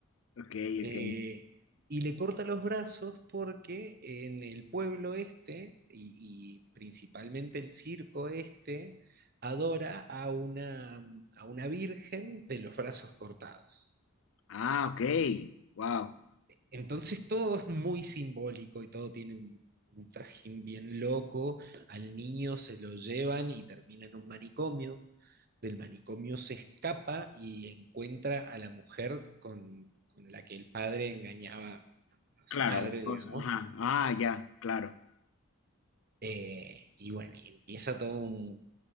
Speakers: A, on the left (about 65°); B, on the right (about 45°).
A: Ok,
B: Eh,
A: ok.
B: y le corta los brazos porque en el pueblo este, y, y principalmente el circo este, adora a una, a una virgen de los brazos cortados.
A: Ah, ok. Wow.
B: Entonces todo es muy simbólico y todo tiene un, un trajín bien loco. Al niño se lo llevan y termina en un manicomio. Del manicomio se escapa y encuentra a la mujer con, con la que el padre engañaba a su
A: Claro,
B: madre,
A: la esposa.
B: digamos
A: Ajá. Ah, ya, claro.
B: Eh, y bueno, y empieza todo un,